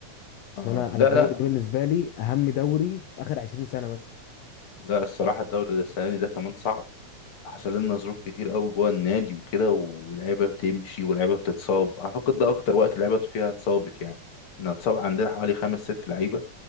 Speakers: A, on the left; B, on the left.
A: عشان
B: اه
A: انا
B: لا
A: انا الدوري
B: لا
A: ده بالنسبه لي اهم دوري في اخر 20 سنه مثلا
B: لا الصراحه الدوري ده السنه دي ده كمان صعب حصل لنا ظروف كتير قوي جوه النادي وكده ولعيبه بتمشي ولعيبه بتتصاب اعتقد ده اكتر وقت لعيبه فيها اتصابت يعني ان اتصاب عندنا حوالي خمس ست لعيبه